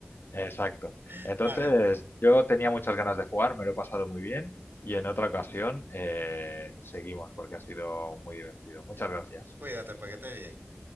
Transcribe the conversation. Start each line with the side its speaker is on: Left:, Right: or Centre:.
Left: Exacto.
Right: <laughs>
Left: Entonces,
Right: Dale,
Left: yo tenía muchas ganas de jugar, me lo he pasado muy bien y en otra ocasión eh, seguimos porque ha sido muy divertido. Muchas gracias.
Right: cuídate, porque estés bien.